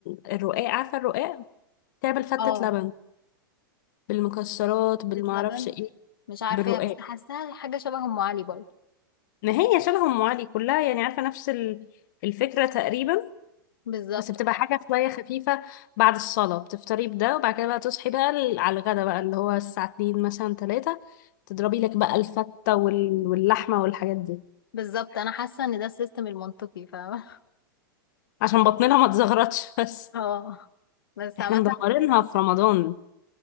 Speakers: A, on the left; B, on the left.
A: الرقاق عارفة الرقاق تعمل فتة
B: اه
A: لبن بالمكسرات بالمعرفش
B: زيت لبن
A: ايه
B: مش عارفاها
A: بالرقاق
B: بس حاساها حاجة شبه أم علي برضه
A: ما هي شبه ام علي كلها يعني عارفه نفس ال- الفكره تقريبا
B: بالظبط
A: بس بتبقى
B: اه.
A: حاجه شويه خفيفه بعد الصلاه بتفطري بده وبعد كده بقى تصحي بقى ال- على الغدا بقى اللي هو الساعه 2 مثلا 3 تضربي لك بقى الفته وال- واللحمه والحاجات دي
B: بالظبط أنا حاسة إن ده السيستم المنطقي فاهمة
A: عشان بطننا ما تزغرطش <laughs> بس
B: <laughs> اه بس
A: احنا
B: عامة
A: مدمرينها في رمضان